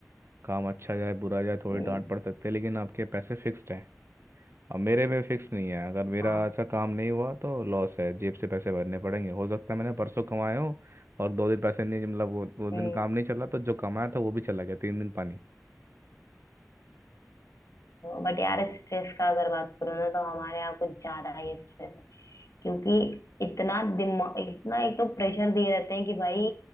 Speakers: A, on the right; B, on the left.
A: काम अच्छा जाए बुरा जाए थोड़ी
B: हम्म
A: डांट पड़ सकती है लेकिन आपके पैसे फिक्स्ड है अब मेरे में फिक्स नहीं है अगर मेरा
B: हाँ
A: अच्छा काम नहीं हुआ तो लॉस है जेब से पैसे भरने पड़ेंगे हो सकता है मैंने परसों कमाए हो और दो दिन पैसे नहीं मतलब वो दो दिन
B: हम्म।
A: काम नहीं चला तो जो कमाया था वो भी चला गया तीन दिन पानी
B: बट यार स्ट्रेस का अगर बात करो ना तो हमारे यहाँ कुछ ज्यादा ही स्ट्रेस है क्योंकि इतना दिमाग इतना एक तो प्रेशर दिए रहते हैं कि भाई